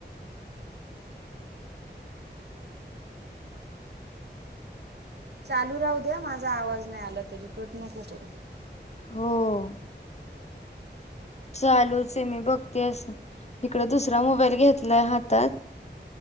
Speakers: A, on the right; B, on the left.
A: चालू राहू द्या माझा आवाज नाही आला तरी कट नको करू.
B: हो चालूच आहे मी बघ तेच इकडे दुसरा मोबाईल घेतलाय हातात